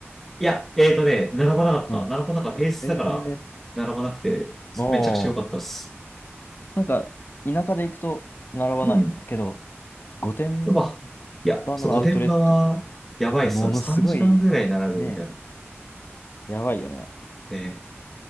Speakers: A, in the centre; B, on the left (about 50°).
A: いや、えーとね、並ばなかった。
B: う
A: 並ばなかった。平日だから、
B: ん。ええ
A: 並ばなくて、
B: ー。
A: めちゃくちゃ良かったっす。
B: ああ。なんか、田舎で行くと並ばないよね。
A: うん。
B: けど、御殿
A: で、まあ、いや、
B: 場のアウトレット、
A: そう、御殿場は、やばいっすよね。
B: ものすごい、
A: 3時間ぐらい並ぶみたいな。
B: ね、やばいよね。
A: ね